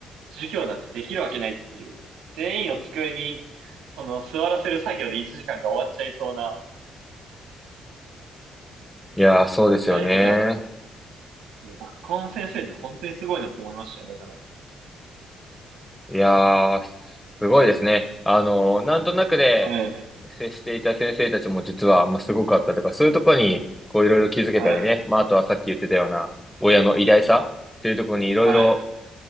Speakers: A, on the right; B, in the centre.
A: 授業なんてできるわけないっていう。全員を机に、その座らせる作業で1時間が終わっちゃいそうな、
B: いやー、そうですよね。
A: 誰かが、いや、学校の先生って本当にすごいなって思いましたね、だから。
B: いやー、すごいですね。あの、なんとなくで
A: はい。
B: 接していた先生たちも実は、まあ、すごかったとか、そういうところに、こういろいろ気づけたりね。
A: はい。
B: まあ、あとはさっき言ってたような、親の偉大さっていうところにいろいろ
A: はい。